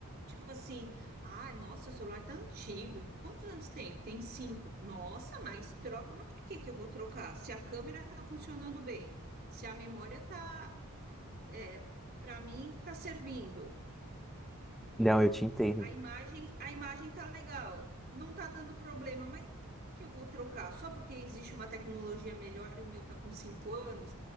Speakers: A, on the right; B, in the centre.
A: Tipo assim, ah, nossa, o celular tá antigo. Quantos anos tem? Tem cinco. Nossa, mas troca, mas por que que eu vou trocar? Se a câmera tá funcionando bem, se a memória tá, é, para mim, tá servindo.
B: Não, eu te entendo.
A: A imagem, a imagem tá legal, não tá dando problema, mas por que que eu vou trocar? Só porque existe uma tecnologia melhor e o meu tá com cinco anos?